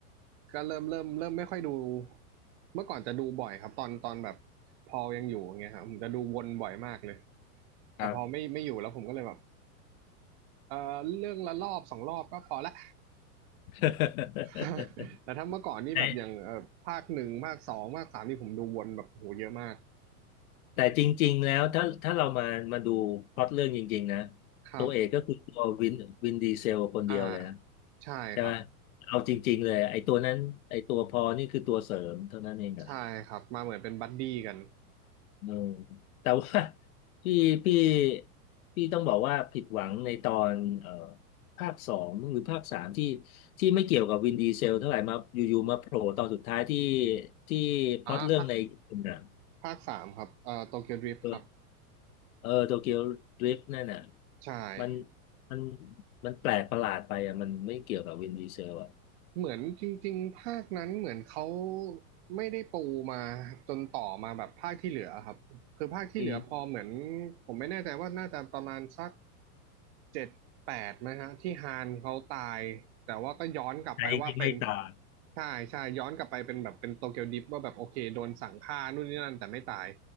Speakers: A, on the right; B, on the left.
A: ก็เริ่มเริ่มเริ่มไม่ค่อยดูเมื่อก่อนจะดูบ่อยครับตอนตอนแบบพอยังอยู่อย่างเงี้ยครับผมจะดูวนบ่อยมากเลย
B: ครับ
A: แต่พอไม่ไม่อยู่แล้วผมก็เลยแบบเออเรื่องละรอบสองรอบก็พอละ
B: <laughs>
A: <laughs> แต่ถ้าเมื่อก่อนนี่แบบอย่างเอ่อภาคหนึ่งภาคสองภาคสามนี่ผมดูวนแบบโหเยอะมาก
B: แต่แต่จริงๆแล้วถ้าถ้าเรามามาดูพล็อตเรื่องจริงๆนะ
A: ครับ
B: ตัวเอกก็คือตัววินวินดีเซลคนเดียวเลยนะ
A: อ่าใช่ครับ
B: ใช่ไหมเอาจริงๆเลยไอ้ตัวนั้นไอ้ตัวพอนี่คือตัวเสริมเท่านั้นเองอะ
A: ใช่ครับมาเหมือนเป็นบัดดี้กัน
B: เออแต่ว่า <laughs> พี่พี่พี่ต้องบอกว่าผิดหวังในตอนเอ่อภาคสองหรือภาคสามที่ที่ไม่เกี่ยวกับวินดีเซลเท่าไหร่มาอยู่ๆมาโผล่ตอนสุดท้ายที่ที่พล็อตเรื่องในญีปุ่นอะ
A: อ่าภาคภาคสามครับเอ่อโตเกียวดริฟท์ครับ
B: เออ เออโตเกียวดริฟต์นั่นน่ะ
A: ใช่
B: มันมันมันแปลกประหลาดไปอ่ะมันไม่เกี่ยวกับวินดีเซลอ่ะ
A: เหมือนจริงๆภาคนั้นเหมือนเขาไม่ได้ปูมาจนต่อมาแบบภาคที่เหลือครับคือภาคที่เหลือพอเหมือน
B: อืม
A: ผมไม่แน่ใจว่าน่าจะประมาณสักเจ็ดแปดไหมฮะที่ฮานเขาตายแต่ว่าก็ย้อนกลับไปว่าเป็น
B: ใจที่ไม่ตาย
A: ใช่ใช่ย้อนกลับไปเป็นแบบเป็นโตเกียวดริฟต์ว่าแบบโอเคโดนสั่งฆ่านู่นนี่นั่นแต่ไม่ตาย